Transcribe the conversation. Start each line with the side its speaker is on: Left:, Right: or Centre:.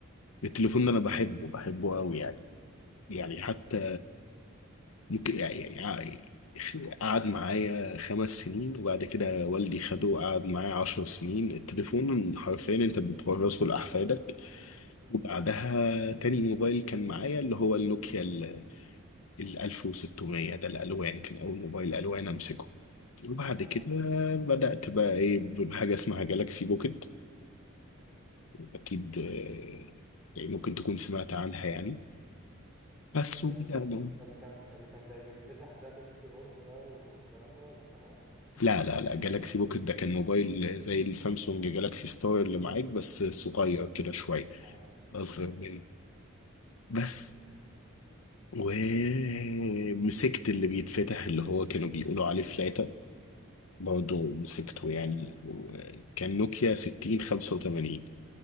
Left: التليفون ده أنا بحبه بحبه قوي يعني يعني
Centre: امم
Left: حتى ممكن يعني يعني ع- قعد معايا خمس سنين وبعد كده والدي خده قعد معايا عشر سنين التليفون حرفيا انت بتورثه لأحفادك
Centre: امم
Left: وبعدها تاني موبايل كان معايا اللي هو النوكيا ال ال 1600 ده الألوان كان أول موبايل ألوان أمسكه وبعد
Centre: اي
Left: كده بدأت بقى إيه بحاجة اسمها جالاكسي بوكيت
Centre: امم
Left: أكيد آه، يعني ممكن تكون سمعت عنها يعني بس
Centre: ده
Left: وبدأنا
Centre: اللي ده اللي كان اللي كان زي بيتفتح ده اللي فيه كيبورد ده والكلام ده ولا كان عندي
Left: لا لا لا جالاكسي بوكيت ده كان موبايل زي السامسونج جالاكسي ستار اللي معاك بس صغير كده شوية
Centre: اي
Left: أصغر
Centre: اي
Left: مني بس
Centre: اي
Left: ومسكت اللي بيتفتح اللي هو كانوا بيقولوا عليه فلاتة برضه
Centre: امم
Left: مسكته يعني
Centre: اي
Left: كان نوكيا ستين خمسة وتمانين